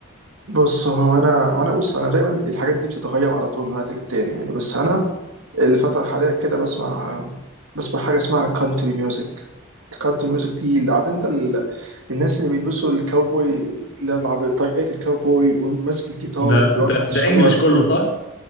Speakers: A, on the right (about 80°); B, on the left (about 55°).
A: بص هو انا وانا بص انا دايما الحاجات دي بتتغير على طول من وقت للتاني يعني بس انا الفتره الحاليه كده بسمع بسمع حاجه اسمها كانتري ميوزك الكانتري ميوزك دي اللي عارف انت ال... الناس اللي بيلبسوا الكاوبوي اللي هو طاقية الكاوبوي وماسك الجيتار
B: ده
A: ويقعد
B: ده
A: تحت الشجره
B: ده انجلش كله
A: يقعد
B: صح؟